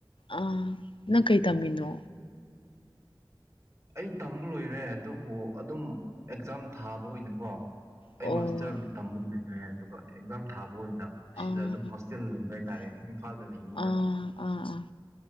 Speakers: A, on the left (about 85°); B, on the right (about 35°).
A: ꯑꯥ ꯅꯪ ꯀꯩ ꯇꯝꯃꯤꯅꯣ
B: ꯑꯩ ꯇꯝꯕ ꯂꯣꯏꯔꯦ ꯑꯗꯨꯕꯨ ꯑꯗꯨꯝ ꯑꯦꯛꯖꯥꯝ ꯊꯥꯕ ꯑꯣꯏꯅꯀꯣ ꯑꯩ
A: ꯑꯣ
B: ꯃꯥꯁꯇꯔ ꯇꯝꯕ ꯍ ꯑꯦꯒꯖꯥꯝ ꯊꯥ ꯑꯣꯏꯅ ꯁꯤꯗ
A: ꯑꯥ
B: ꯑꯗꯨꯝ ꯍꯣꯁꯇꯦꯜ ꯂꯩꯕ ꯍꯥꯏꯇꯥꯔꯦ ꯏꯝꯐꯥꯜꯗ ꯂꯩꯅꯤꯡꯗꯕ
A: ꯑꯥ ꯑꯥ ꯑꯥ